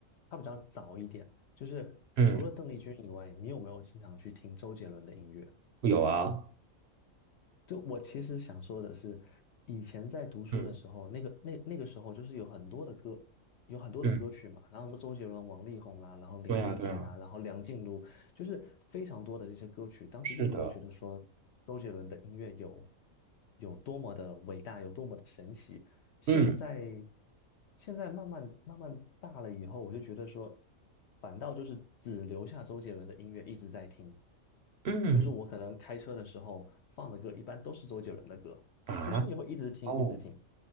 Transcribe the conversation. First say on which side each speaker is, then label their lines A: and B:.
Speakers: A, on the left; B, on the right.
A: 她比较早一点。就是除了邓丽君以外，
B: 嗯，
A: 你有没有经常去听周杰伦的音乐？
B: 有啊，
A: 就我其实想说的是，以前在读书的时候，
B: 嗯
A: 那个那那个时候就是有很多的歌，有很多的歌曲嘛，
B: 嗯，
A: 然后什么周杰伦、王力宏啦，然后林俊杰啦，
B: 对呀，对呀，
A: 然后梁静茹，就是非常多的这些歌曲。当时就没有觉得说周杰伦的音乐有
B: 是的，
A: 有多么的伟大，有多么的神奇。现在
B: 嗯
A: 现在慢慢慢慢大了以后，我就觉得说，反倒就是只留下周杰伦的音乐一直在听，
B: 嗯。
A: 就是我可能开车的时候放的歌一般都是周杰伦的歌，
B: 啊，
A: 就是你会一直听一直听。
B: 哦，